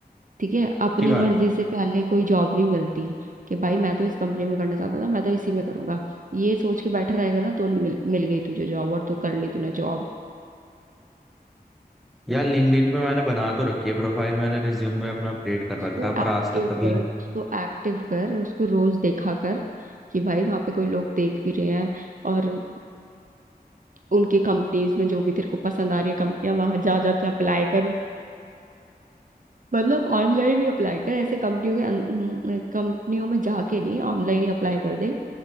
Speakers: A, on the right (about 55°); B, in the centre.
A: ठीक है अपनी
B: की बात
A: मर्जी से पहले कोई जॉब नहीं मिलती कि भाई मैं तो इस कंपनी में करना चाहता था मैं तो इसी में करूंगा ये सोच के बैठा रहेगा ना तो मिल, मिल गई तुझे जॉब और तू कर ली तूने जॉब
B: यार लिंक्डइन पे मैंने बना तो रखी है प्रोफाइल मैंने रिज्यूम में अपना अपडेट कर
A: उसको
B: रखा है पर
A: एक्टिव
B: आज तक कभी
A: कर उसको एक्टिव कर उसको रोज देखा कर कि भाई वहां पे कोई लोग देख भी रहे हैं और उनके कंपनीज में जो भी तेरे को पसंद आ रही है कंपनियां वहां जा जा के अप्लाई कर मतलब ऑनलाइन ही अप्लाई कर ऐसे कंपनियों के अं- कंपनियों में जाके नहीं ऑनलाइन ही अप्लाई कर दे